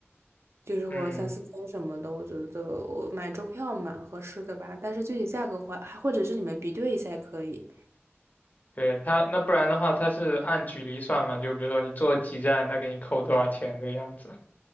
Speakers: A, on the right; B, on the left.
A: 就是或三四天什么的，
B: 嗯。
A: 我觉得我买周票蛮合适的吧。但是具体价格的话，还或者是你们比对一下也可以。
B: 对他，那不然的话，他是按距离算嘛？就比如说你坐几站，他给你扣多少钱的样子。